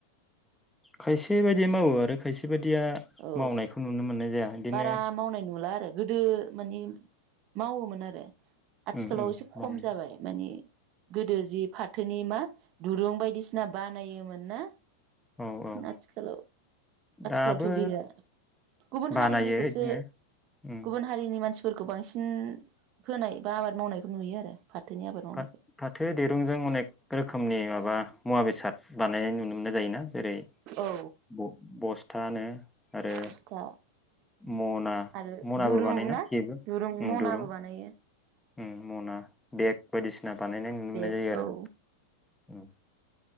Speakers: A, in the centre; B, on the right.
A: खायसे बायदि मावो आरो खायसे बाय दिया
B: औ
A: मावनायखौ नुनो मोननाय जाया इदिनो
B: बारा मावनाय नुला आरो गोदो माने मावोमोन आरो आथिखालाव
A: उम उम
B: एसे
A: मावो
B: खम जाबाय माने गोदो जि फाथोनि मा दुरुं बायदिसिना बानायोमोन ना
A: औ औ
B: आथिखालाव
A: दाबो
B: आथिखालावथ गैया गुबुन
A: बानायो
B: हारिनिखौसो
A: बिदिनो उम
B: गुबुन हारिनि मानसि फोरखौ बांसिन फोनाय बा आबाद मावनायखौ नुयो आरो। फाथोनि आबाद मावनायखौ
A: फा-फाथो दिरुंजों अनेक रोखोमनि माबा मुवा बेसाद बानायनाय नुनो मोननाय जायोना जेरै
B: औ
A: ब-बस्थानो आरो
B: बस्था
A: मना
B: आरो
A: मनाबो
B: दुरुं
A: बानायना
B: ना
A: जेबो उम
B: दुरुं मनाबो
A: दुरुं
B: बानायो
A: उम मना बेग बायदिसिना सिना बानायनाय नुनो
B: बेग
A: मोननाय जायो आरो
B: औ
A: औ